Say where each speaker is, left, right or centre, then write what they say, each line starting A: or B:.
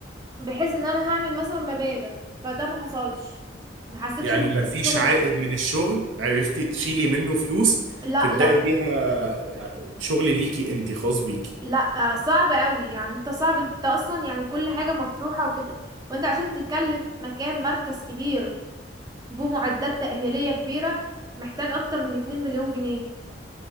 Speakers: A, on the right; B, on the right.
A: بحيث ان انا هعمل مثلا مبالغ فده ما حصلش ما حسيتش
B: يعني
A: ان
B: ما فيش
A: الشغل
B: عائد من الشغل عرفتي تشيلي منه فلوس
A: لا
B: تبدأي
A: لا
B: بيها شغل ليكي انت خاص بيكي
A: لا آه، صعب قوي يعني انت صعب انت اصلا يعني كل حاجة مفتوحة وكده وانت عشان تكلف مكان مركز كبير بمعدات تأهيلية كبيرة محتاج اكتر من 2 مليون جنيه